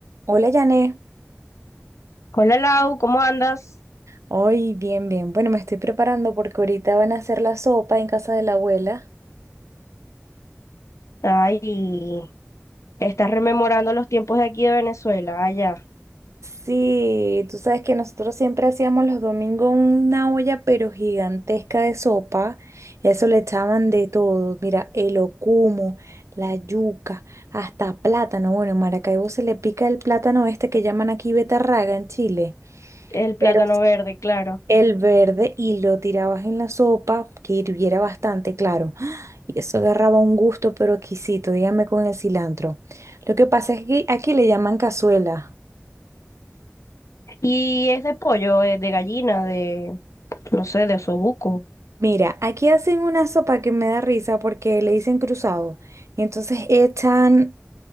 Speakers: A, on the right; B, on the left.
A: Hola, Jané.
B: Hola Lau, ¿cómo andas?
A: Hoy, bien, bien. Bueno, me estoy preparando porque ahorita van a hacer la sopa en casa de la abuela.
B: Ay, estás rememorando los tiempos de aquí de Venezuela, allá,
A: Sí, tú sabes que nosotros siempre hacíamos los domingos una olla pero gigantesca de sopa. y a Eso le echaban de todo. Mira, el ocumo, la yuca, hasta plátano. Bueno, en Maracaibo se le pica el plátano este que llaman aquí betarraga en Chile.
B: el plátano
A: Pero
B: verde, claro.
A: el verde y lo tirabas en la sopa, que hirviera bastante, claro. <gasps> ¡Ah! Y eso agarraba un gusto pero exquisito, dígame con el cilantro. Lo que pasa es que aquí le llaman cazuela.
B: Y es de pollo, es de gallina, de, no sé, de osobuco.
A: Mira, aquí hacen una sopa que me da risa porque le dicen cruzado. Y entonces echan